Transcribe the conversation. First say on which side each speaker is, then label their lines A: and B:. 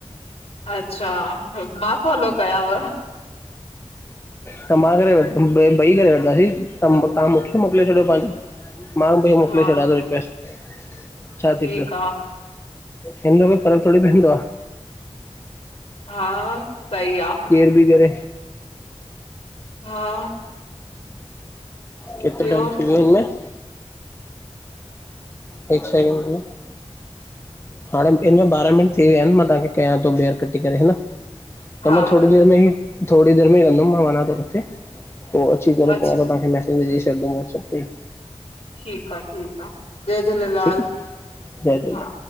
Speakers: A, on the left; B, on the left.
A: अच्छा, मां फॉलो कयांव।
B: त मां करे रखदुमि, ॿई करे वठंदासीं त तव्हां मूंखे मोकिले छॾियो पंहिंजो। मां भाई
A: हा
B: मोकिले छॾां थो रिक्वेस्ट। छा थी
A: ठीकु
B: पियो,
A: आ, हम्म,
B: हिनमें फर्क़ थोड़ी पवंदो आहे।
A: हा, सही आ।
B: केरु बि करे।
A: हा।
B: केतिरो
A: ॿियो
B: टाइम थी वियो इअं हिकु साल <unintelligible> <inaudible> हाणे हिन में ॿारहां मिन्ट थी विया आहिनि, मां तव्हांखे कयां थो ॿियर कटे करेा
A: हा
B: त मां थोडी़
A: ठीकु
B: देर में ई,
A: आ,
B: थोड़ी देर में ई रहंदुमि मां वञा थो किथे पो अची करे
A: अच्छा
B: पाण तव्हांखे मैसज विझी छॾिंदुमि वाट्सअप ते।
A: ठीकु आहे-ठीकु आहे, जय झूलेलाल,
B: ठीकु आहे जय झूलेलाल
A: हा।